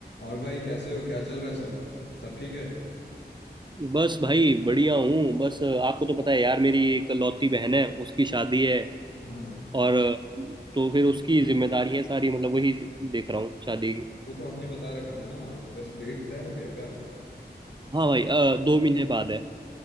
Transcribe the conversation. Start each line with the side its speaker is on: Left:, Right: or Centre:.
Left: और भाई कैसे हो क्या चल रहा है सब सब ठीक है
Right: बस भाई बढ़िया हूँ बस आपको तो पता है यार मेरी एक लौती बहन है उसकी शादी है
Left: हाँ हाँ
Right: और तो फिर उसकी जिम्मेदारी है सारी मतलब वही देख रहा हूँ शादी की
Left: वो तो आपने बता रखा था ना और वैसे डेट तय हो गया क्या
Right: हाँ भाई अ, दो महीने बाद है